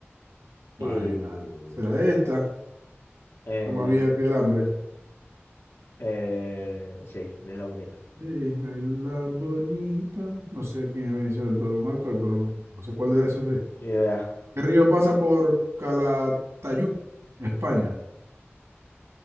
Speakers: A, on the left; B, on the right.
A: Y.
B: Imagínate, será esta,
A: Eh,
B: que más vieja que el hambre.
A: eh, sí, es la bonita.
B: Sí, ahí la bonita. No sé quién es Benicio del Toro, un actor, pero no sé cuál de esos es.
A: Ni idea.
B: ¿Qué río pasa por Calatayud, España?